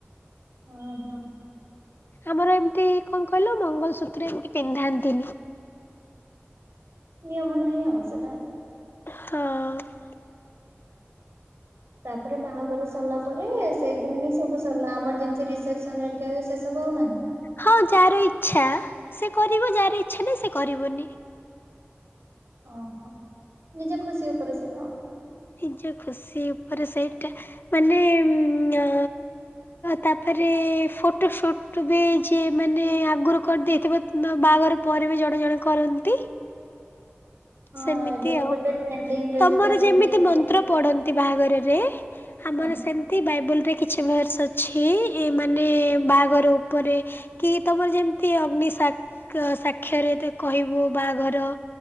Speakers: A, on the right (about 80°); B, on the left (about 55°).
A: ଓ ହ
B: ଆମର ଏମିତି କଣ କହିଲ ମଙ୍ଗଳସୂତ୍ର ଏମିତି ପିନ୍ଧାନ୍ତିନି।
A: ନିୟମ ନାହିିଁ ଆଉ ସେଟା।
B: ହଁ
A: ତାପରେ ବାହାଘର ସରିଲା ପରେ ସେଇଦିନ ହିଁ ସବୁ ସରିଲା ଆମର ଯେମତି ରିସେପସ୍ ଆମେରିକାରେ ସେସବୁ ଆଉ ନାହିଁ।
B: ହଁ ଯାହାର ଇଚ୍ଛା ସେ କରିବ ଯାହାର ଇଚ୍ଛା ନାହିଁ ସେ କରିବନି।
A: ଓହୋ! ନିଜ ଖୁସି ଉପରେ ସେଇଟା ଆଉ।
B: ନିଜ ଖୁସି ଉପରେ ସେଇଟା ମାନେ ଉଁ ଆ ତାପରେ ଫଟୋ ସୁଟ ବି ଯିଏ ମାନେ ଆଗରୁ କରିଦେଇଥିବ ତ ବାହାଘର ପରେ ବି ଜଣେ ଜଣେ କରନ୍ତି।
A: ହଁ
B: ସେମିତି
A: ଏବେ ତ
B: ଆଉ
A: ଗୋଟେ ଟ୍ରେଣ୍ଡିଙ୍ଗରେ
B: ତମର
A: ବି ଚାଲିଛି
B: ଯେମିତି
A: ଯୋଉ
B: ମନ୍ତ୍ର ପଢନ୍ତି ବାହାଘରରେ ଆମର
A: ହଁ
B: ସେମ୍ ତି ବାଇବେଲରେ କିଛି ଭର୍ସ ଅଛି ଇ ମାନେ ବାହାଘର ଉପରେ କି ତମର ଯେମିତି ଅଗ୍ନି ସାକ୍ ସାକ୍ଷରେ କହିବୁ ବାହାଘର